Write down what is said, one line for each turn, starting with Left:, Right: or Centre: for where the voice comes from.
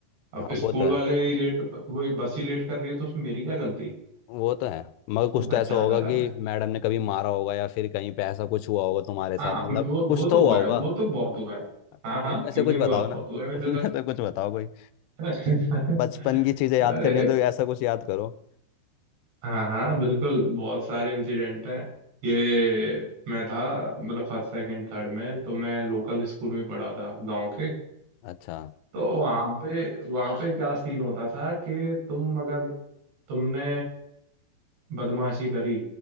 Right: अब
Left: हाँ
Right: स्कूल
Left: वो तो है
Right: वाले ही लेट वही बस ही लेट कर रही है तो उसमें मेरी क्या गलती
Left: वो तो है मगर कुछ
Right: तो बच
Left: तो ऐसा
Right: जाता
Left: होगा
Right: था
Left: कि
Right: मैं
Left: मैडम ने कभी मारा होगा या फिर कहीं पे ऐसा कुछ हुआ होगा तुम्हारे
Right: हाँ
Left: साथ मतलब
Right: मैं- वो
Left: कुछ
Right: वो तो
Left: तो हुआ
Right: हुआ
Left: होगा
Right: है वो तो बहुत हुआ है
Left: तो
Right: हाँ हाँ
Left: उनमें
Right: क्यों
Left: से कुछ
Right: नहीं हुआ
Left: बताओ
Right: बहुत
Left: ना
Right: हुआ है
Left: <laughs>
Right: मेरे
Left: उनमें
Right: साथ
Left: से कुछ बताओ कोई
Right: <laughs>
Left: बचपन की चीजें याद
Right: अरे
Left: करनी है तो ऐसा कुछ याद करो
Right: हाँ हाँ बिल्कुल बहुत सारे इंसिडेंट हैं ये मैं था मतलब फर्स्ट सेकंड थर्ड में तो मैं लोकल स्कूल में पढ़ा था गांव के
Left: अच्छा
Right: तो वहाँ पे वहाँ पे क्या सीन होता था कि तुम अगर तुमने बदमाशी करी